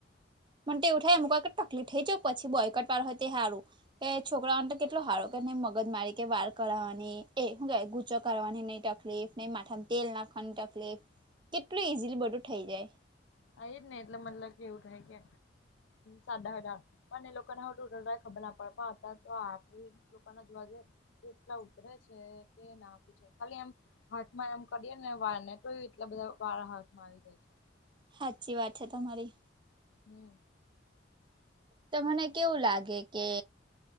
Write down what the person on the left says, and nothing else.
આ જ ને એટલે મન લાગે કે એવું થાય કે. સાડા હઢાર પણ એ લોકોને હ ટ ખબર ના પડે પણ અ તો આપડી. લોકો ના જોવા જેે એટલા ઉતરે છે કે ના્ ખાલી એમ હાથમાં એમ કરીએ ને વાળ ને તો એટલા બધા વાળા હાથમાં આવી જાય છે.
હમ